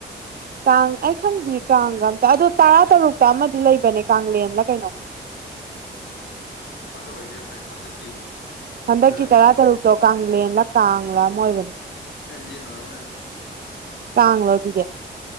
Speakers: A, on the right (about 50°); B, on the left (about 70°).
A: ꯀꯥꯡ ꯑꯩ ꯈꯪꯗ꯭ꯔꯤ ꯀꯥꯡꯒ ꯑꯝꯇ ꯑꯗꯨ ꯇꯔꯥ ꯇꯔꯨꯛꯇ ꯑꯃꯗꯤ ꯂꯩꯕꯅꯦ ꯀꯥꯡꯂꯦꯟꯂ ꯀꯩꯅꯣ
B: ꯆꯥꯠꯇ꯭ꯔꯣ ꯍꯥꯏꯁꯦ ꯀꯩꯅꯣ ꯍꯟꯗꯛꯀꯤ
A: ꯍꯟꯗꯛꯀꯤ
B: ꯖꯨꯂꯥꯏꯒꯤꯔꯣ
A: ꯇꯔꯥ ꯇꯔꯨꯛꯇꯣ ꯀꯪꯂꯦꯟꯂ ꯀꯪꯂꯥ ꯑꯃ ꯑꯣꯏꯕꯅꯤ
B: ꯀꯥꯡꯂ‌ꯦꯟ ꯑꫭꯏꯔꯝ ꯃꯔꫭꯏ ꯑꯗꯨꯗꯤ
A: ꯀꯥꯡꯂꯣ ꯑꯗꯨꯗꯤ